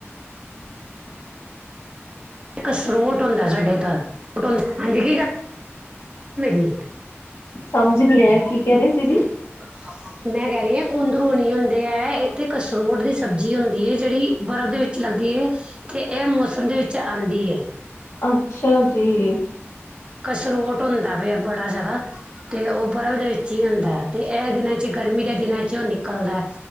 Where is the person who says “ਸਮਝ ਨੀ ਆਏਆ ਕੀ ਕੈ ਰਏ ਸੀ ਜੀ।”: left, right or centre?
Left